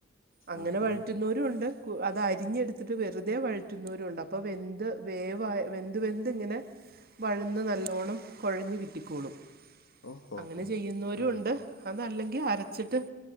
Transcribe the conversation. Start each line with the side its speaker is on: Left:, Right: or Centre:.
Right: അങ്ങനെ
Left: ആഹാ
Right: വഴറ്റു ഉണ്ട് അത് അരിഞ്ഞടുത്തിട്ട് വെറുതെ വഴറ്റുന്നവരുണ്ട് അപ്പം വെന്ത്- വേവാ വെന്ത് വെന്ത് ഇങ്ങനെ വഴന്ന് നല്ലോണ്ണം കൊഴഞ്ഞ് കിട്ടിക്കോളും
Left: ഓഹോ
Right: അങ്ങനെ
Left: ഹോ
Right: ചെയ്യുന്നവരുയുണ്ട്
Left: ആ
Right: അതല്ലെങ്കിൽ അരച്ചിട്ട്-